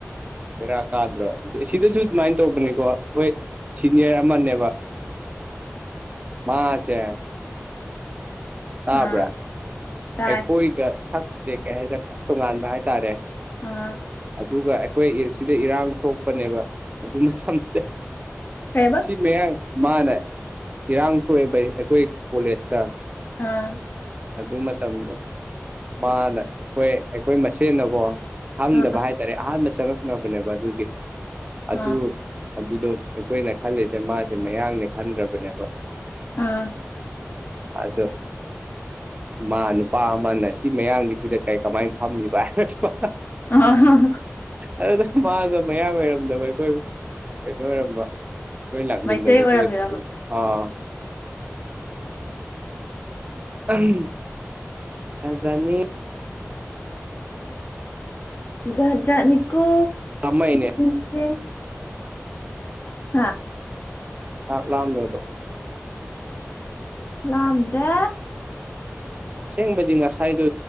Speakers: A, on the right; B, on the left.
A: ꯕꯦꯔꯥ ꯀꯥꯗ꯭ꯔꯣ ꯁꯤꯗꯁꯨ ꯑꯗꯨꯃꯥꯏꯅ ꯇꯧꯕꯅꯤꯀꯣ ꯍꯣꯏ ꯁꯤꯅꯤꯌꯔ ꯑꯃꯅꯦꯕ ꯃꯥꯁꯦ ꯇꯥꯕ꯭ꯔꯥ
B: ꯑꯥ ꯇꯥꯏ
A: ꯑꯩꯈꯣꯏꯒ ꯁꯛꯁꯦ ꯀꯩꯍꯥꯏꯇꯥꯔꯦ ꯇꯣꯉꯥꯟꯕ ꯍꯥꯏꯇꯥꯔꯦ
B: ꯑꯥ
A: ꯑꯗꯨꯒ ꯑꯩꯈꯣꯏ ꯑꯦꯁꯤꯗ ꯏꯔꯥꯡ ꯊꯣꯛꯄꯅꯦꯕ ꯑꯗꯨ ꯃꯇꯝꯗ
B: ꯀꯩꯕ
A: ꯁꯤ ꯃꯌꯥꯡ ꯃꯥꯅ ꯏꯔꯥꯡ ꯊꯣꯛꯑꯦꯕ ꯑꯩꯈꯣꯏ ꯀꯣꯂꯦꯖꯇ
B: ꯑꯥ
A: ꯑꯗꯨ ꯃꯇꯝꯗꯣ ꯃꯥꯅ ꯑꯩꯈꯣꯏ ꯑꯩꯈꯣꯏ ꯃꯁꯦꯟꯅꯀꯣ ꯈꯪꯗꯕ
B: ꯑꯥ
A: ꯍꯥꯏꯇꯥꯔꯦ ꯑꯍꯥꯟꯕ ꯆꯪꯉꯛꯅꯕꯅꯦꯕ ꯑꯗꯨꯗꯤ ꯑꯗꯨ
B: ꯑꯥ
A: ꯑꯗꯨꯗꯣ ꯑꯩꯈꯣꯏꯅ ꯈꯜꯂꯤꯁꯦ ꯃꯥꯁꯦ ꯃꯌꯥꯡꯅꯦ ꯈꯟꯈꯔꯕꯅꯦꯕ
B: ꯑꯥ
A: ꯑꯗꯨ ꯃꯥ ꯅꯨꯄꯥ ꯑꯃꯅ ꯁꯤ ꯃꯌꯥꯡꯁꯦꯁꯤꯗ ꯀꯩ ꯀꯃꯥꯏꯅ ꯐꯝꯃꯤꯕ ꯍꯥꯏꯔꯛꯄꯥꯏꯋꯥꯅꯦ
B: ꯑꯥ
A: ꯑꯗꯨꯗ ꯃꯥꯗꯣ ꯃꯌꯥꯡ ꯑꯣꯏꯔꯝꯗꯕ ꯑꯩꯈꯣꯏ ꯀꯩꯅꯣ ꯑꯣꯏꯔꯝꯕ <unintelligible>
B: ꯃꯩꯇꯩ ꯑꯣꯏꯔꯝꯃꯤꯔꯕ
A: <unintelligible> ꯖꯥꯠ ꯖꯥꯠꯅꯤ
B: ꯖꯥꯠ ꯖꯥꯠꯅꯤꯀꯣ
A: <unintelligible>
B: ꯇꯨꯡꯁꯦ ꯍꯥ
A: ꯆꯥꯛ ꯂꯥꯝꯃꯦꯕꯥ
B: ꯂꯥꯝꯗꯦ
A: ꯑꯁꯦꯡꯕꯗꯤ ꯉꯁꯥꯏꯗꯣ